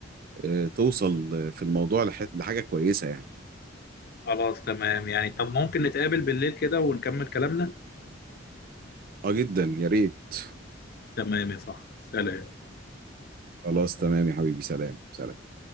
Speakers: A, on the right; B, on the left.
A: آه، توصل في الموضوع لح- لحاجة كويسة يعني
B: خلاص تمام يعني طب ممكن نتقابل بالليل كده ونكمل كلامنا
A: اه جدا يا ريت
B: تمام يا صاحبي سلام
A: خلاص تمام يا حبيبي سلام سلام